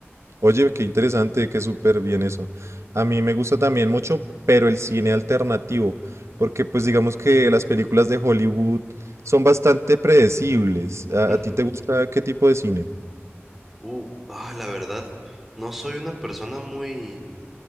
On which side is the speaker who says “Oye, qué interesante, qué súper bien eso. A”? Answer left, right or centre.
Right